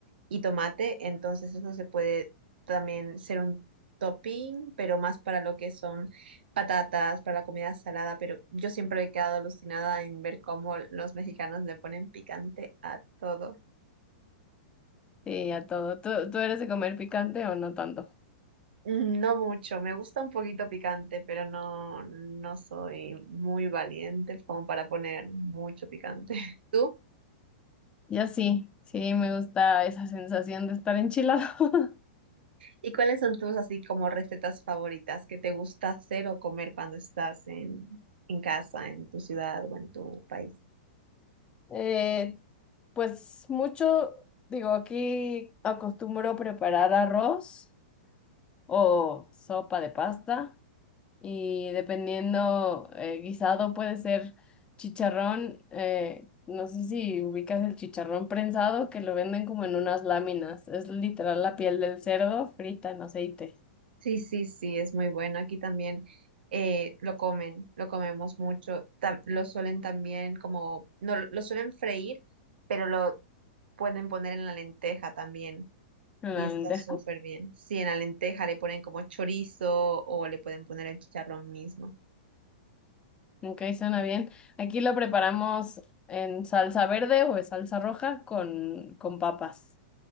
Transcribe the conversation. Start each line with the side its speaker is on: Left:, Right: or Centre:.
Right: y tomate, entonces eso se puede también ser un topping, pero más para lo que son patatas, para la comida salada, pero yo siempre he quedado alucinada en ver cómo los mexicanos le ponen picante a todo.
Left: Sí, a todo. ¿Tú, tú eres de comer picante o no tanto?
Right: Mm, No mucho, me gusta un poquito picante, pero no, no soy muy valiente como para poner mucho picante. <laughs> ¿Tú?
Left: Yo sí, sí, me gusta esa sensación de estar enchilado. <laughs>
Right: ¿Y cuáles son tus así como recetas favoritas que te gusta hacer o comer cuando estás en, en casa, en tu ciudad o en tu país?
Left: Eh, pues mucho, digo, aquí acostumbro preparar arroz o sopa de pasta y dependiendo, eh, guisado puede ser chicharrón, eh, no sé si ubicas el chicharrón prensado que lo venden como en unas láminas, es literal la piel del cerdo frita en aceite,
Right: Sí, sí, sí, es muy bueno. Aquí también eh, lo comen, lo comemos mucho. Tam- lo suelen también como, no, lo suelen freír, pero lo pueden poner en la lenteja también.
Left: en
Right: Y
Left: la
Right: está
Left: lenteja.
Right: súper bien. Sí, en la lenteja le ponen como chorizo o le pueden poner el chicharrón mismo.
Left: Ok, suena bien. Aquí lo preparamos en salsa verde o en salsa roja con, con papas.